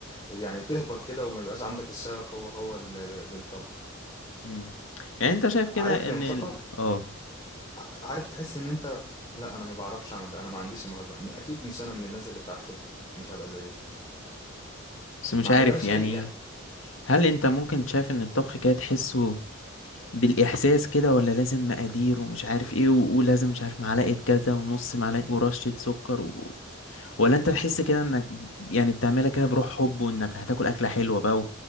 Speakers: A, on the left; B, on the left.
A: يعني تهبط كده وما يبقاش عندك الشغف هو، هو لل للطبخ.
B: مم. يعني انت شايف كده
A: عارف يا
B: ان
A: مصطفى
B: ال... اه
A: ع- عارف تحس ان انت لا انا ما بعرفش اعمل ده انا ما عنديش الموهبه م- اكيد مش انا من الناس اللي بتعرف تطبخ دي مش هبقى زيهم
B: بس مش
A: مع
B: عارف
A: ان ده مش
B: يعني
A: حقيقي يعني
B: هل انت ممكن شايف ان الطبخ كده تحسه بالاحساس كده ولا لازم مقادير ومش عارف ايه و- ولازم مش عارف معلقة كذا ونص معلقة ورشة سكر و... ولا انت تحس كده انك ب- يعني بتعملها كده بروح حب وانك هتاكل اكلة حلوة بقى و...